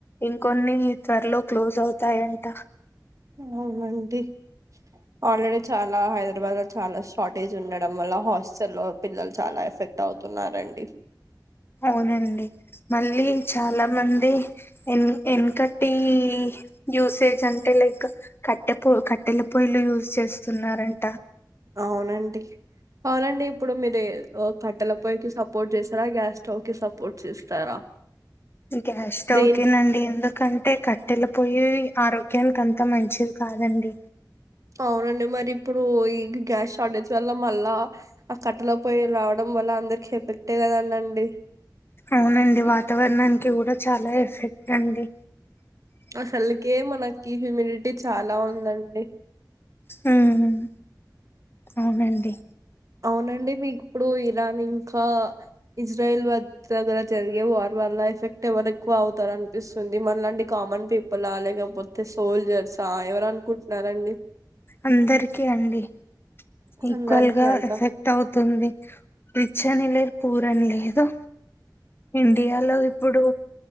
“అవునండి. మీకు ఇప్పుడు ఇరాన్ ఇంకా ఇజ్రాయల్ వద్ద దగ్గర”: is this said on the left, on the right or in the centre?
Right